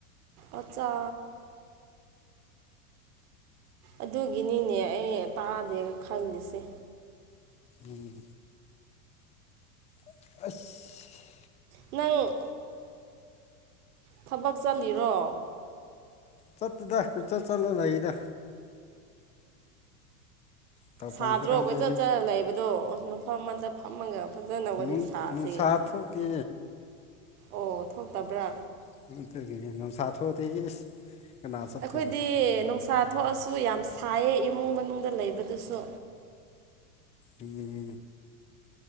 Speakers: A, on the right; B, on the left.
A: ꯑꯥꯆꯥ ꯑꯗꯨꯒꯤꯅꯤꯅꯦ ꯑꯩ ꯇꯥꯗꯦꯒ ꯈꯜꯂꯤꯁꯦ
B: ꯎꯝ ꯑꯁ
A: ꯅꯪ ꯊꯕꯛ ꯆꯠꯂꯤꯔꯣ
B: ꯆꯠꯠꯇꯗ ꯀꯨꯏ ꯆꯠ ꯆꯠꯂ ꯂꯩꯗ ꯇꯧꯐꯝꯁꯨ
A: ꯁꯥꯗ꯭ꯔꯣ
B: ꯈꯪꯗꯦ
A: ꯀꯣꯏꯆꯠ ꯆꯠꯂ ꯂꯩꯕꯗꯣ ꯃꯐꯝ ꯑꯃꯗ ꯐꯝꯃꯒ ꯐꯖꯅ ꯋꯥꯔꯤ
B: ꯅꯨꯡ
A: ꯁꯥꯁꯦꯌꯦ
B: ꯅꯨꯡꯁꯥ ꯊꯣꯛꯇꯦ
A: ꯑꯣ ꯊꯣꯛꯇꯕ꯭ꯔ
B: <unintelligible> ꯅꯨꯡꯁꯥ ꯊꫭꯛꯇꯦ ꯏꯁ ꯀꯅꯥ ꯆꯠꯇꯣꯏꯔꯣ
A: ꯑꯩꯈꯣꯏꯗꯤ ꯅꯨꯡꯁꯥ ꯊꯣꯛꯑꯁꯨ ꯌꯥꯝ ꯁꯥꯏꯌꯦ ꯏꯃꯨꯡ ꯃꯅꯨꯡꯗ ꯂꯩꯕꯗꯨꯁꯨ
B: ꯎꯝ